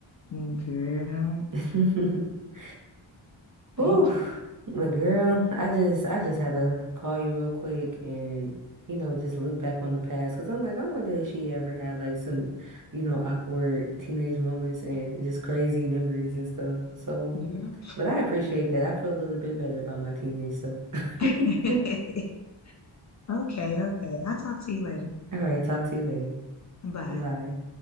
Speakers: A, on the left (about 35°); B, on the right (about 40°).
A: mm, girl,
B: <laughs>
A: thank
B: Oof.
A: you,
B: But girl, I just I just had to call you real quick and you know just look back on the past because I'm like I wonder if she ever had like some you know awkward teenage moments and just crazy memories and stuff. So,
A: girl.
B: but I appreciate that. I feel a little bit better about my teenage self. <laughs>
A: <laughs> Okay, okay. I'll talk to you later.
B: All right, talk to you later.
A: Bye.
B: Bye.